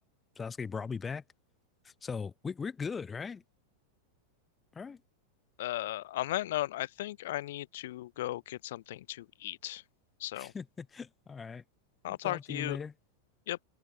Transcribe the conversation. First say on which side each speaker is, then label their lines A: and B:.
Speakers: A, on the left; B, on the left.
A: Sasuke brought me back. So we we're good, right? All right,
B: Uh, on that note, I think I need to go get something to eat. So
A: <laughs> all right.
B: I'll
A: I'll talk
B: talk to
A: to you
B: you.
A: later.
B: Yep.